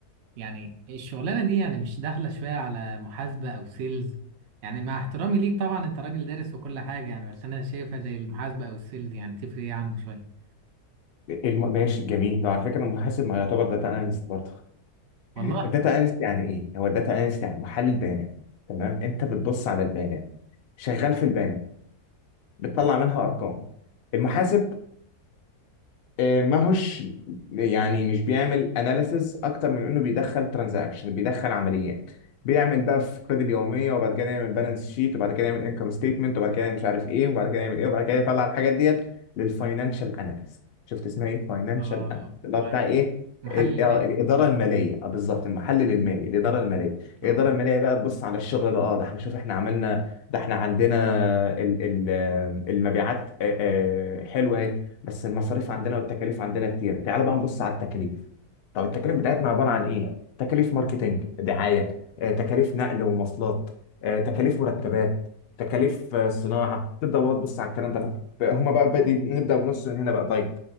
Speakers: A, on the right; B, on the left.
A: يعني الشغلانة دي يعني مش داخلة شوية على محاسبة او سيلز يعني مع احترامي ليك طبعا انت راجل دارس وكل حاجة يعني بس انا شايفها زي المحاسبة او السيلز يعني تفرق يعني شوية
B: الم... ماشي جميل لو على فكره المحاسب ما يعتبر داتا اناليست برضه
A: والله
B: الداتا اناليست يعني ايه هو الداتا
A: اه
B: اناليست يعني محلل بيانات تمام انت بتبص على البيانات شغال في البيانات بتطلع منها ارقام المحاسب آه، ما هوش يعني مش بيعمل اناليسز اكتر من انه بيدخل ترانزاكشن بيدخل عمليات بيعمل بقى في قيد اليوميه وبعد كده يعمل بالانس شيت وبعد كده يعمل انكم ستيتمنت وبعد كده مش عارف ايه وبعد كده يعمل ايه وبعد كده يطلع الحاجات ديت للفاينانشال اناليست شفت اسمها ايه فاينانشال
A: اه
B: اناليست
A: آه.
B: اللي هو
A: طيب.
B: بتاع ايه
A: محلل
B: ال-
A: المال
B: آه، الاداره الماليه اه بالظبط المحلل المالي الاداره الماليه
A: اه
B: الاداره الماليه بقى تبص على الشغل ده اه ده احنا شوف احنا عملنا ده احنا عندنا ال- ال- آه، المبيعات آه، آه، حلوه بس المصاريف عندنا والتكاليف عندنا كتيرة تعال بقى نبص على التكاليف طب التكاليف بتاعتنا عبارة عن ايه تكاليف ماركتينج دعاية آه، تكاليف نقل ومواصلات آه، تكاليف مرتبات تكاليف آه، صناعة تبدأ بقى تبص على الكلام ده طب هما بقى بدي نبدأ بنص من هنا بقى طيب